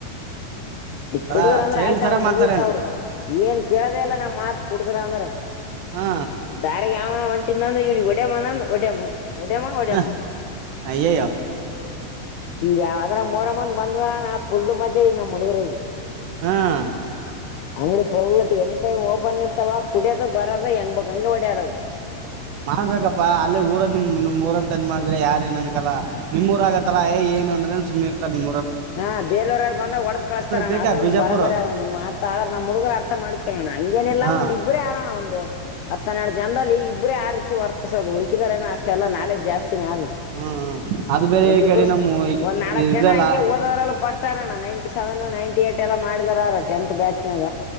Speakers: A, on the right; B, on the left.
A: ಒಂಥರ
B: ಕುಡುದ್ರ ಅಂದ್ರೆ
A: ಚೈಲ್ಡ್
B: ಆಯ್ತಣ್ಣ
A: ತರ
B: ಮುಗಿಯತ
A: ಮಾಡ್ತಾರೇನು
B: ಅವ್ರು ಏನ್ ಕೆೇಳದೆ ಎಲ್ಲ ನಾ್ ಮಾತ್ ಕುಡುದ್ರ ಅಂದ್ರ
A: ಹಾ
B: ದಾರಿಿಗೆ ಯಾವ ಒಂಟ್ ಅಂದ್ರ ಇವನಿಗೆ ಒಡೆಮನಂದನ್ ಒಡೆಮ ಒಡೆಮ್ಮ ಒಡೆಮ್ಮ
A: ಹ ಅಯ್ಯಯ್ಯೋ
B: ಈಗ ಯಾವದ್ರ ಮೋರಮ್ಮನ್ ಬಂದರಣಾುಲ್ಲು ಮಜ್ ಈ ನಮ್ಮ ಮುಡುಗರ
A: ಹ್ಮ್
B: ಅಂಗ್ಡಿ ಫಲ್ತ್ ಎಿ ಟೈಮ್ ಓಪನ್ ಇರ್ತಾವ ಕುಡಿಯೋದು ಬರೋದು ಹೆಂಗ್ ಬ ಹಂಗ ಹೊಡ್ಯಾಡದು
A: ಮಾಡ್ಬೇಕಪ್ಪಾ ಅಲ್ಲೇ ಊರ ನಿಮ್ ನಿಮ್ ಊರಂತನ್ ಮಾಡಿದ್ರೆ ಯಾರ ನನ್ಕಲ್ಲ ನಿಮ್ ಊರ ಆಗತ್ತಲ್ಲಾ ಏ ಏ ಅಂದ್ರೆ ಸುೀರ್ತ ನಿ
B: ಹಾ ಬೇಲವರರು ಬಂದಾಗ ಒಡದ್ ಕಳಸ್ತಾರಣ
A: ತಿರ್ಗಾ
B: ಅದನ್
A: ಬಿಜಾಪುರ್
B: ಬರ ಬಬರಿ ಅದಣ ನಿಮ್ಮ್ತ್ ಆದ್ರ ನಮ್ಮ್ ಹುಡುಗರು ಅರ್ಥ ಮಾಡ್ಕರಣ್ಣ ಹಂಗೇನೆಲ್ಲ
A: ಹಾ
B: ಒಂದ್ ಇಬ್ಬರೇ ಆರೋಣ ಒಂದು ಹತ್ತನಡ್ದ ಜನದಲ್ಲಿ ಇಬ್ಬ್ರೇ ಆ ರೀತಿ ವರ್ತಿಸೋದು ಉಳಕಿದಾರೇನ ಅಷ್ಟೆ ಎಲ್ಲ ನಾಲೆಜ್ ಜಾಸ್ತಿನೇ ಅದು
A: ಹ್ಮ್ ಹ್ಮ್ ಅದು ಬೇರೆ
B: ಒಂದಿಬ್ಬರು
A: ಈ ಕಡೆ ನಮ್ಮ ಈ
B: ಒಂದ್ ನಾಲ್ಕಕ್ ಜನ
A: ಇದಲ್ಲ
B: ಹಂಗೆ ಓದವ್ರಲ್ಲ ಪಷ್ಟಾರಣ ನ ನೈಂಟಿ ಸೆವೆನ್ ನೈಂಟ ಏಟ್ ಎಲ್ಲ ಮಾಡಿದಾರ ಟೆಂತ್ ಬ್ಯಾಚ್ ನಾಗ